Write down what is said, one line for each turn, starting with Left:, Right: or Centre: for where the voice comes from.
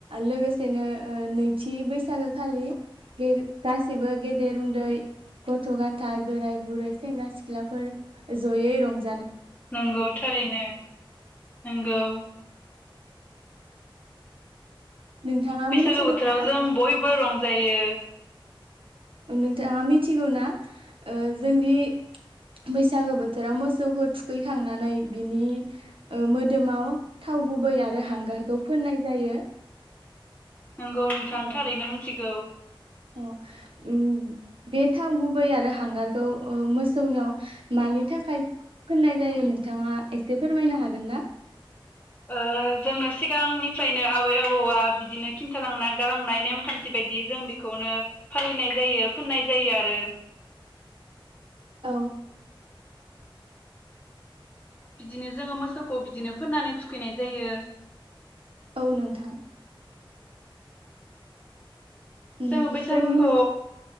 Right: लोगोसेनो ओ नैथि बैसागो खालि गासिबो गेदेर उन्दै गथ' गथाय बोराय बुरै सेंग्रा सिख्लाफोर जयै रं
Left: नंगौ थारैनो नो नोंगौ
Right: नोंथाङा
Left: बैसागो
Right: मिथिगौ
Left: बोथोराव
Right: ना
Left: जों बयबो रं जायो
Right: नोंथाङा मिथिगौ ना ओ जोंनि बैसागो बोथोराव मोसौखौ थुखैखांनानै बिनि ओ मोदोमाव थाव गुबै आरो हांगारखौ फोननाय जायो।
Left: नोंगौ नोंथां
Right: ओ
Left: थारैनो मिथिगौ
Right: अ बे थाव गुबै आरो हांगारखौ मोसौनियाव मानि थाखाय फोननाय जायो नोंथाङा एसे फोरमायनो हागोन ना।
Left: ओ जोंनो सिगांनिफ्रायनो आबै आबौआ बिदिनो खिन्थालांना गालांनाय नेमखान्थि बायदि जों बेखौनो फालिनाय जायो फोननाय जायो आरो।
Right: औ
Left: बिदिनो जोङो मोसौखौ बिदिनो फोननानै थुखैनाय जायो।
Right: औ नोंथां उम
Left: जोङो बैसागोखौ
Right: जोंनि